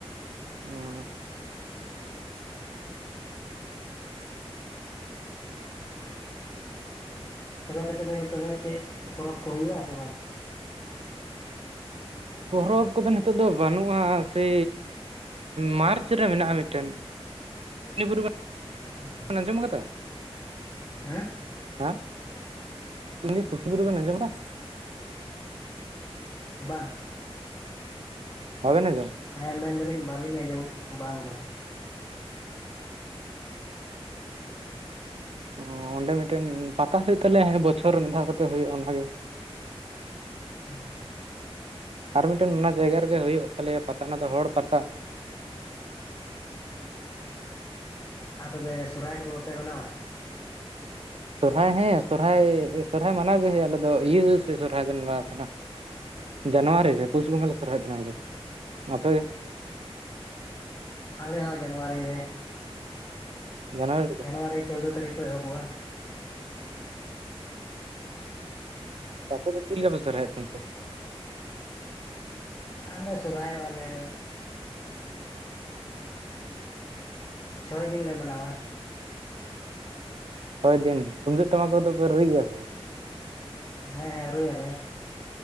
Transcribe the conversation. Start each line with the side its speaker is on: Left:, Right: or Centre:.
Right: ᱚᱸ
Left: ᱛᱚᱵᱮ ᱟᱯᱮᱥᱮᱫ ᱫᱚ ᱧᱤᱛᱚᱜ ᱫᱚ ᱪᱮᱫ ᱯᱚᱨᱚᱵᱽ ᱠᱚ ᱦᱩᱭᱩᱜ ᱟ ᱥᱮ ᱵᱟᱝ
Right: ᱯᱚᱨᱚᱵᱽ ᱠᱚᱫᱚ ᱱᱤᱛᱚᱜ ᱫᱚ ᱵᱟᱹᱱᱩᱜᱼᱟ ᱥᱮ ᱢᱟᱨᱪ ᱨᱮ ᱢᱮᱱᱟᱜᱼᱟ ᱢᱤᱫᱴᱮᱱ <unintelligible>
Left: <unintelligible>
Right: ᱟᱸᱡᱚᱢ ᱠᱟᱫᱟ
Left: ᱦᱮᱸ
Right: ᱦᱮᱸ ᱩᱱᱤ <unintelligible> ᱵᱮᱱ ᱟᱸᱡᱚᱢᱟ
Left: ᱵᱟᱝ
Right: ᱵᱟᱝᱵᱮᱱ ᱟᱸᱡᱚᱢ
Left: ᱦᱮᱸ ᱢᱮᱱᱫᱟᱞᱤᱧ ᱵᱟᱞᱤᱧ ᱟᱸᱡᱚᱢ ᱵᱟᱝ ᱵᱟᱝ
Right: ᱚ ᱚᱸᱰᱮ ᱢᱤᱫᱴᱮᱱ ᱯᱟᱛᱟ ᱦᱩᱭᱩᱜ ᱛᱟᱞᱮᱭᱟ ᱦᱟᱱᱮ ᱵᱚᱪᱷᱚᱨ ᱨᱮ ᱢᱤᱫ ᱫᱷᱟᱣ ᱠᱟᱛᱮ ᱦᱩᱭᱩᱜᱼᱟ ᱚᱱᱟ ᱜᱮ
Left: <unintelligible>
Right: ᱟᱨ ᱢᱤᱫᱴᱮᱱ ᱚᱱᱟ ᱡᱟᱭᱜᱟ ᱨᱮᱜᱮ ᱦᱩᱭᱩᱜ ᱛᱟᱞᱮᱭᱟ ᱯᱟᱛᱟ ᱚᱱᱟ ᱫᱚ ᱦᱚᱲ ᱯᱟᱛᱟ
Left: ᱟᱨ ᱛᱚᱵᱮ ᱥᱚᱦᱚᱨᱟᱭ ᱠᱚᱫᱚ ᱵᱟᱯᱮ ᱢᱟᱱᱟᱣᱟ
Right: ᱥᱚᱨᱦᱟᱭ ᱦᱮᱸ ᱥᱚᱨᱦᱟᱭ ᱥᱚᱨᱦᱟᱭ ᱢᱟᱱᱟᱣ ᱜᱮ ᱦᱩᱭᱩᱜᱼᱟ ᱟᱞᱮ ᱫᱚ ᱤᱭᱟᱹ ᱥᱮ ᱥᱚᱨᱦᱟᱭ ᱫᱚᱞᱮ ᱢᱟᱱᱟᱣ ᱥᱮᱱᱟ ᱡᱟᱱᱩᱣᱟᱨᱤ ᱨᱮ ᱯᱩᱥ ᱵᱚᱸᱜᱟ ᱞᱮ ᱥᱚᱨᱦᱟᱭᱮᱫ ᱛᱟᱦᱮᱱᱟ ᱟᱞᱮᱫᱚ ᱟᱯᱮᱜᱮ
Left: ᱟᱞᱮ ᱦᱚᱸ ᱡᱟᱱᱣᱟᱨᱤ ᱨᱮ
Right: ᱡᱟᱱᱚᱣᱟᱨᱤ
Left: ᱡᱟᱱᱣᱟᱨᱤ ᱪᱳᱫᱫᱳ ᱛᱟᱹᱨᱤᱠᱷ ᱠᱷᱚᱡᱽ ᱮᱦᱚᱵᱚᱜᱼᱟ
Right: ᱟᱯᱮ ᱫᱚ ᱪᱮᱫ ᱞᱮᱠᱟᱯᱮ ᱥᱚᱨᱦᱟᱭ ᱛᱟᱦᱮᱸᱱ ᱛᱮ
Left: ᱟᱞᱮ ᱥᱚᱨᱦᱟᱭᱚᱜᱼᱟᱞᱮ ᱪᱷᱚᱭ ᱫᱤᱱ ᱞᱮ ᱢᱟᱱᱟᱣᱟ
Right: ᱪᱷᱚᱭ ᱫᱤᱱ ᱛᱩᱢᱫᱟᱹᱜ ᱴᱟᱢᱟᱠ ᱠᱚ ᱫᱚ ᱯᱮ ᱨᱩᱭ ᱜᱮᱭᱟ ᱥᱮ
Left: ᱦᱮᱸ ᱦᱮᱸ ᱨᱩᱭ ᱟᱞᱮ